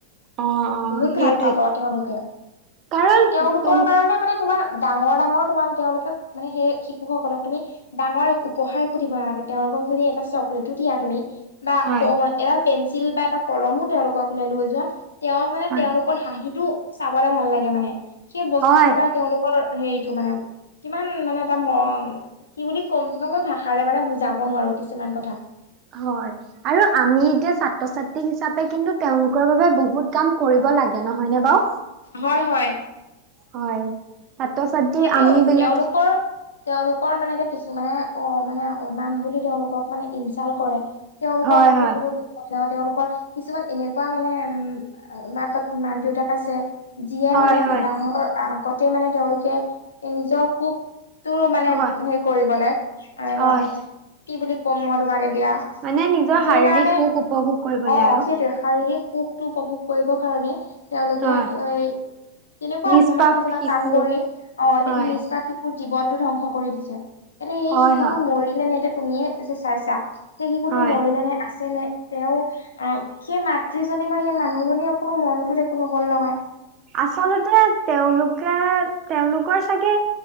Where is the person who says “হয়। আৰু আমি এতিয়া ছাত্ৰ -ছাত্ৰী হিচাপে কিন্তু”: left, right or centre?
Right